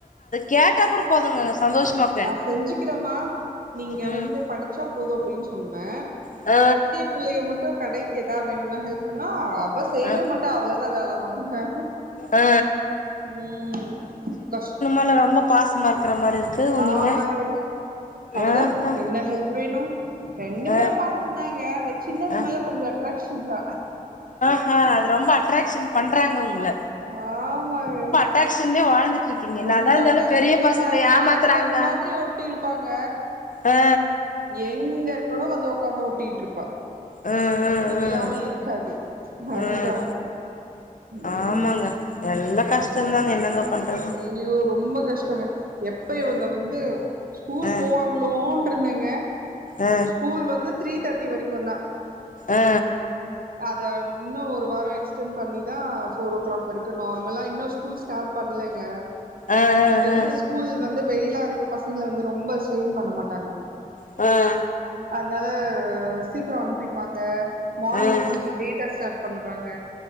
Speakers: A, on the left (about 60°); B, on the right (about 75°).
A: கேட்டாக்கூட போதுங்கங்க சந்தோஷமாக்
B: நா செஞ்சுக்கிறேமா நீங்க
A: ம்
B: வந்து படிச்சா போது அப்டின்னு சொல்வே
A: ஆ
B: பிள்ளைய மட்டு கடைக்கு ஏதா வேணுன ஹெல்ப் பண்ணா அவ செய்யவே
A: ஆ ஆ
B: மாட்ட அவ்ளதா வேலவாங்குவ
A: ஆ
B: ம் கஷ்
A: உ மேல ரொம்ப பாசமா இருக்கற மாரி இருக்கு நீங்க
B: ஆமாங்க அவதா
A: ஆஹா
B: என்ன ஹெல்ப் வேணு ரெண்டு
A: ஆ
B: பேரு பாசந்தாங்க அந்த சின்னது
A: ஆ
B: மேல கொஞ்சோ அட்ராக்ஷன்தா
A: ஆ அது ரொம்ப அட்ராக்க்ஷன் பண்றாங்க உங்கள
B: ஆமாங்க
A: அட்ராக்சன்லையே வாழ்ந்துட்டு என்னதா
B: ரொம்ப
A: இருந்தாலு
B: அட்டாச்சுடுங்க
A: பெரிய பசங்கள
B: நா
A: ஏமாத்துறாங்க
B: மேக்னெட் மாதிரி ஒட்டி இருப்பாங்க
A: ஆ
B: எங்க இருக்னோ வந்து ஒக்காந்து ஒட்டிட்ருப்பா
A: ம் ம்
B: இல்லாம
A: ம்
B: இருக்காது அதுதா
A: ம்
B: ம்
A: ஆமாங்க எல்லா கஷ்டதாங்க என்னங்க பண்றது
B: ஐயோ ரொம்ப கஷ்டங்க எப்ப
A: ஆ
B: இவங்க வந்து ஸ்கூல்
A: ஆ
B: போவாங் லோன்டிருந்தங்க
A: ஆ
B: ஸ்கூல் வந்து த்ரீ தேர் ர்டி வரைக்குந்தா
A: ஆ
B: அத இன்னு ஒரு வாரோ எக்ஸ்டென்ட் பண்ணிதா ஃபோர் ஓ கிளாக் வரைக்கு நார்மலா இன்னு ஸ்கூல் ஸ்டார்ட் பண் பண்லங்க
A: ஆ
B: இங்க
A: ஆ
B: வந்து ஸ்கூல்லருந்து வந்து வெயிலா இருக்கு பசங்கள வந்து ரொம்ப ஸ்ட்ரெயின் பண்ண மாட்டாங்க
A: அ
B: அதனால சீக்ரோ அனுப்பிடுவாங்க மார்னிங்
A: ஆ
B: கொஞ்சோ
A: ஆ
B: லேட்டா ஸ்டார்ட் பண்றாங்க